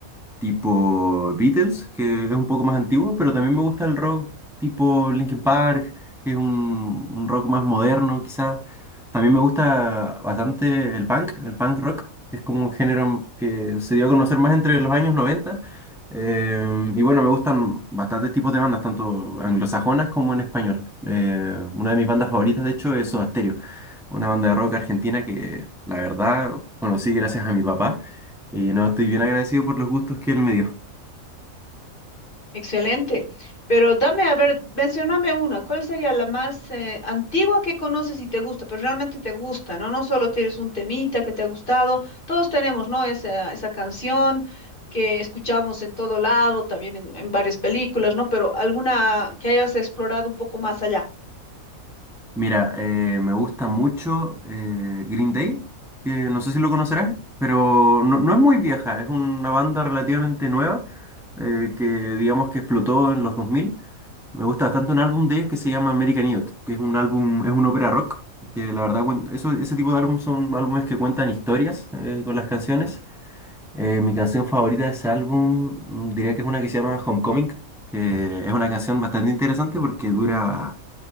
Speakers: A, in the centre; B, on the left (about 35°).
A: tipo Beatles, que es un poco más antiguo, pero también me gusta el rock tipo Linkin Park, que es un, un rock más moderno, quizás. También me gusta bastante el punk, el punk rock, que es como un género que se dio a conocer más entre los años 90. Eh, y bueno, me gustan bastantes tipos de bandas, tanto anglosajonas como en español. Eh, una de mis bandas favoritas, de hecho, es Soda Stereo, una banda de rock argentina que la verdad conocí gracias a mi papá y no estoy bien agradecido por los gustos que él me dio.
B: Excelente. Pero dame, a ver, mencioname una. ¿Cuál sería la más eh, antigua que conoces y te gusta? Pero realmente te gusta, ¿no? No solo tienes un temita que te ha gustado. Todos tenemos, ¿no? Esa, esa canción que escuchamos en todo lado, también en, en varias películas, ¿no? Pero alguna que hayas explorado un poco más allá.
A: Mira, eh, me gusta mucho eh, Green Day, que no sé si lo conocerás, pero no, no es muy vieja, es una banda relativamente nueva eh, que digamos que explotó en los 2000. Me gusta bastante un álbum de ellos que se llama American Idiot, que es un álbum, es un ópera rock, que la verdad, cuen- eso, ese tipo de álbum son álbumes que cuentan historias eh, con las canciones. Eh, mi canción favorita de ese álbum mm, diría que es una que se llama Homecoming, que es una canción bastante interesante porque dura